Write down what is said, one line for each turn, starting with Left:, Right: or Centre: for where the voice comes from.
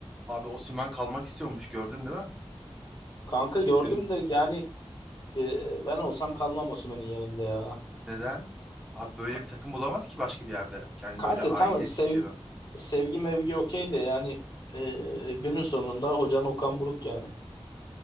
Centre: Abi Osimhen kalmak istiyormuş gördün değil mi?
Left: Kanka gördüm
Centre: Dün
Left: de yani e, ben olsam kalmam Osimhen'in yanında ya.
Centre: neden? Abi böyle
Left: Ka-
Centre: bir takım bulamaz ki başka bir yerde. Yani
Left: Kanka
Centre: böyle aidiyet
Left: tamam sevgi,
Centre: hisseden.
Left: sevgi mevgi okey de yani e, günün sonunda hocan Okan Buruk yani.